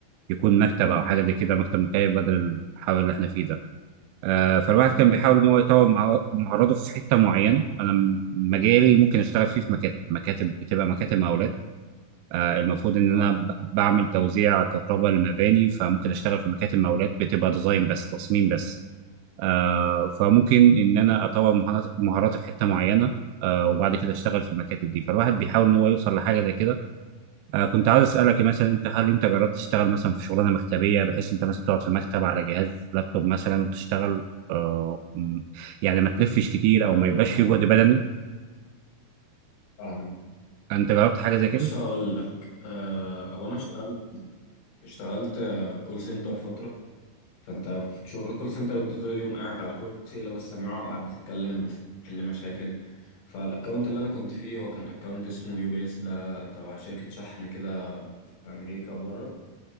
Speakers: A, on the right; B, on the left.
A: يكون مكتب
B: امم
A: او حاجه زي كده مكتب مكيف بدل الحر اللي احنا فيه ده آه، فالواحد
B: امم
A: كان بيحاول ان هو يطور مهار- مهاراته في حته معينه انا م- مجالي ممكن اشتغل فيه في مكاتب مكاتب بتبقى مكاتب مقاولات آه، المفروض ان
B: فاهم
A: انا ب- بعمل توزيع كهرباء للمباني فممكن اشتغل في مكاتب مقاولات بتبقى ديزاين بس تصميم بس آه، فممكن ان انا اطور مهارات- مهاراتي في حته معينه آه، وبعد كده اشتغل في المكاتب دي فالواحد بيحاول ان هو يوصل لحاجه زي كده آه، كنت عاوز اسالك مثلا انت هل انت جربت تشتغل مثلا في شغلانه مكتبيه بحيث انت مثلا تقعد في مكتب على جهاز لابتوب مثلا وتشتغل آه، م- يعني ما تلفش كتير
B: ايوه
A: او ما يبقاش
B: فاهم
A: فيه جهد بدني
B: فاهم
A: انت جربت حاجه زي
B: بص
A: كده
B: هقول لك آه هو انا اشتغلت اشتغلت آه، كول سنتر فترة فانت في شغل الكول سنتر انت طول اليوم قاعد على الكرسي لابس سماعة وقاعد بتتكلم بتحل مشاكل فالاكونت اللي انا كنت فيه هو كان اكونت اسمه يو بي اس ده تبع شركة شحن كده في امريكا بره